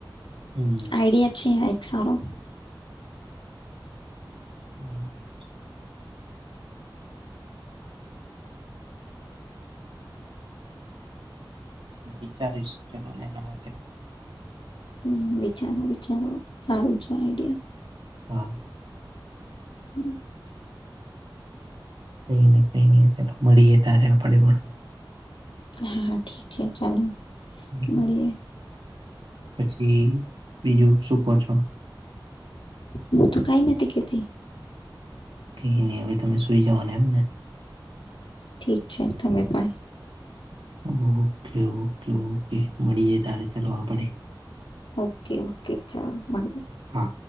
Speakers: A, on the right (about 80°); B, on the left (about 85°).
A: હમ.
B: આઈડિયા છે. સારો
A: બરાબર. વિચારી સૂચનોને એના માટે.
B: હ વિચારો વિચારો સારું છે આઈડિયા
A: હા.
B: હમ.
A: કઈ નહી કઈ નહી ચાલ મળીએ તારે આપણેે પણ
B: હા હા ઠીક છે ચાલો
A: હમ.
B: મળીએ
A: પછી બીજું સુૂકો છો
B: હું તો કઈ નથી કે તી
A: હવે તમે સુઈ જવાના એમ ને
B: ઠીક છે તમે પણ
A: ઓકે ઓકે ઓકે મળીએે તારે ચલોવા આપડે
B: ઓકે ઓકે ચાલો મળીએ
A: હા